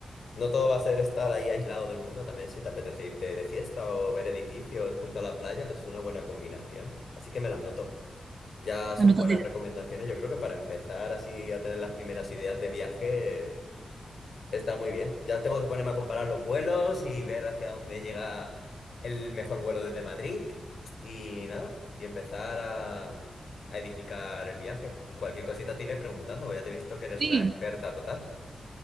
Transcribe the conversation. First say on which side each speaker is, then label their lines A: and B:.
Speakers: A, on the left (about 60°); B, on the right (about 50°).
A: no todo va a ser estar ahí aislado del mundo, también si te apetece irte de fiesta o ver edificios junto a la playa, pues es una buena combinación. Así que me la noto. Ya son
B: a Nutatela.
A: buenas recomendaciones. Yo creo que para empezar así a tener las primeras ideas de viaje está muy bien. Ya tengo que ponerme a comparar los vuelos y ver hacia dónde llega el mejor vuelo desde Madrid. Y nada, y empezar a, a edificar el viaje. Y cualquier cosita te iré preguntando, porque ya te he visto que eres
B: Sí,
A: una experta total.